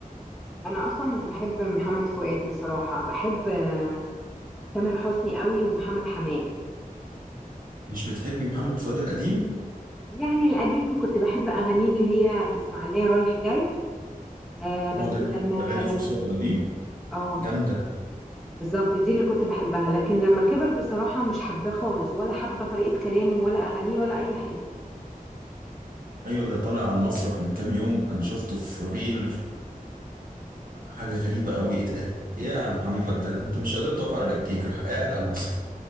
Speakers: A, in the centre; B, on the right.
A: انا اصلا مش بحب محمد فؤاد بصراحة بحب آه، تامر حسني قوي ومحمد حماقي
B: مش بتحبي محمد فؤاد القديم
A: يعني القديم كنت بحب اغانيه اللي هي في اسماعيلية رايح جاي آه بس
B: هو ده ليه
A: لما
B: أغاني
A: لما
B: في الفترة دي
A: اه
B: جامدة
A: بالظبط دي اللي كنت بحبها لكن لما كبر بصراحة مش حباه خالص ولا حابة طريقة كلامه ولا اغانيه ولا اي حاجة
B: أيوة ده طالع على المسرح من كام يوم أنا شفته في ريل حاجة غريبة أوي إيه ده إيه يا محمد ده أنت مش قادر تقف على رجليك راح قاعد على المسرح